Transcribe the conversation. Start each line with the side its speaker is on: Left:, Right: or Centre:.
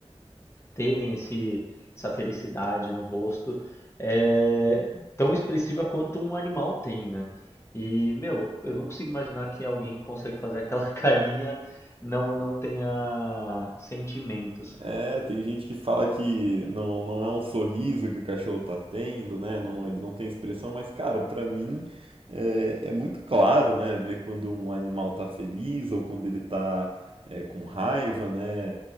Left: terem esse, essa felicidade no rosto é tão expressiva quanto um animal tem, né? E, meu, eu não consigo imaginar que alguém que consegue fazer aquela <laughs> carinha não, não tenha sentimentos.
Right: É, tem gente que fala que não, não é um sorriso que o cachorro tá tendo, né? Não, ele não tem expressão, mas, cara, pra mim é, é muito claro, né? Ver quando um animal tá feliz ou quando ele tá é, com raiva, né?